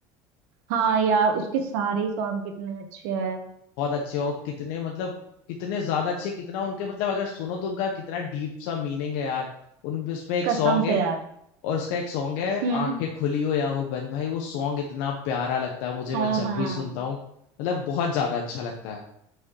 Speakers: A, on the right (about 75°); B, on the left (about 70°).
A: हाँ यार उसके सारे ही सॉन्ग कितने अच्छे हैं
B: बहुत अच्छे और कितने मतलब कितने ज्यादा अच्छे कितना उनके मतलब अगर सुनो तो उनका कितना डीप सा मीनिंग है यार उन उसमें एक
A: कसम
B: सॉन्ग है
A: से यार
B: और उसका एक सॉन्ग है
A: हम्म
B: आंखें खुली हो या हो बंद भाई वो सॉन्ग इतना प्यारा लगता है मुझे
A: हाँ
B: मैं जब
A: हाँ
B: भी सुनता हूँ मतलब बहुत ज्यादा अच्छा लगता है